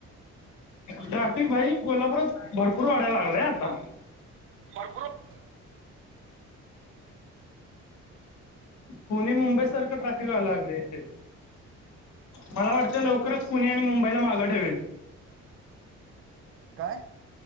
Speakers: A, on the left (about 70°); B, on the right (about 45°).
A: ट्राफिक भाई कोल्हापूरात भरपूर वाढायला लागलाय आता.
B: भरपूर -
A: पुणे, मुंबई सारखं ट्राॅफिक व्हायला लागले इथे. मला वाटतंय, लवकरच पुणे आणि मुंबईला मागं ठेवेल.
B: काय?